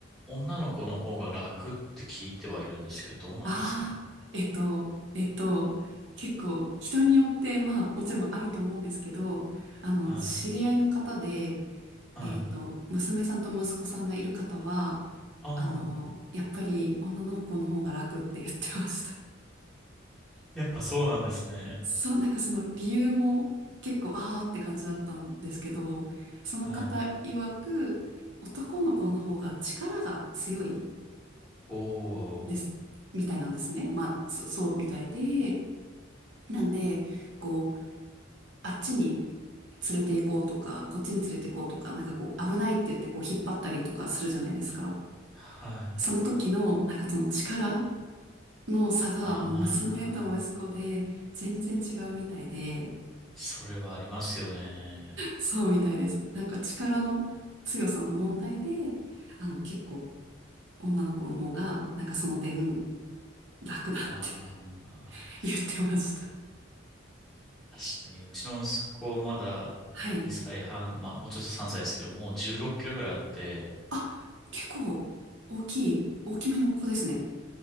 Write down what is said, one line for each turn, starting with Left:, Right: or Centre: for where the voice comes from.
Centre: 女の子の方が楽って聞いてはいるんですけど、どうなんですかね。
Right: ああ、えっと、えっと、結構人によって、まあもちろんあると思うんですけど、あの、
Centre: はい。
Right: 知り合いの方で、
Centre: はい。
Right: えっと、娘さんと息子さんがいる方は、
Centre: ああ、
Right: あの、やっぱり女の子の方が楽って言ってました。
Centre: やっぱそうなんですね。
Right: そう、なんかその理由も結構あーって感じだったんですけど、その方曰く男の子の方が力が強い
Centre: はい。おー。
Right: んです、みたいなんですね。まあ、そ、そうみたいで、なんで、こう、あっちに連れて行こうとか、こっちに連れて行こうとか、なんかこう、危ないって言ってこう引っ張ったりとかするじゃないですか。
Centre: はい。
Right: その時の、なんかその力の差がもう娘と息子で全然違うみたいで、
Centre: ああ、それはありますよね。
Right: そうみたいです。なんか力の強さの問題で、あの結構女の子の方が、なんかその点楽だって
Centre: ああ、
Right: <laughs> 言ってました。
Centre: 確かに、うちの息子まだ2歳半、
Right: はい。
Centre: まあもうちょっと3歳ですけど、もう16キロぐらいあって、
Right: あ、結構大きい、大きめの子ですね。